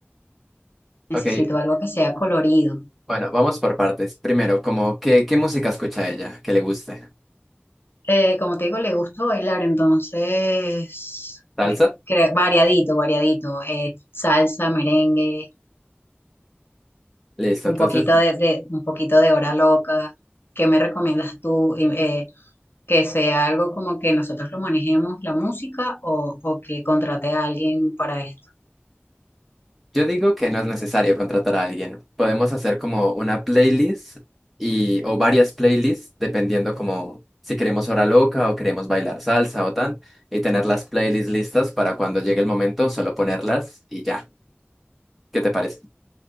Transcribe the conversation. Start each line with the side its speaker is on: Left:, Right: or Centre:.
Left: necesito
Centre: ok.
Left: algo que sea colorido.
Centre: Bueno, vamos por partes. Primero, como, ¿qué, qué música escucha ella? Que le guste.
Left: Eh, como te digo, le gusta bailar, entonces,
Centre: ¿Salsa?
Left: me- cre- variadito, variadito, eh, salsa, merengue
Centre: Listo,
Left: un
Centre: entonces
Left: poquito de, de- un poquito de hora loca. ¿Qué me recomiendas tú? Y, eh, que sea algo como que nosotros lo manejemos la música o, o que contrate a alguien para esto.
Centre: Yo digo que no es necesario contratar a alguien. Podemos hacer como una playlist y o varias playlists dependiendo como si queremos hora loca o queremos bailar salsa o tan y tener las playlists listas para cuando llegue el momento solo ponerlas y ya. ¿Qué te parece?